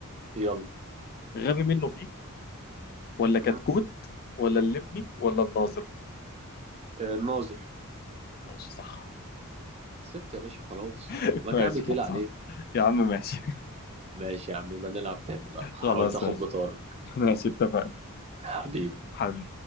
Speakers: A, on the right; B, on the left.
A: يلا
B: غبي منه فيه ولا
A: م?
B: كتكوت ولا الليمبي ولا الناظر
A: آه، الناظر
B: ماشي صح
A: كسبت يا باشا خلاص
B: <laughs>
A: ما كعبي
B: ماشي
A: تقيل
B: خلصان
A: عليك
B: يا عم ماشي
A: ماشي يا عم يبقى نلعب تاني بقى حاولت
B: خلاص
A: اخد
B: ماشي
A: بطارك
B: ماشي اتفقنا
A: حبيبي
B: حبيبي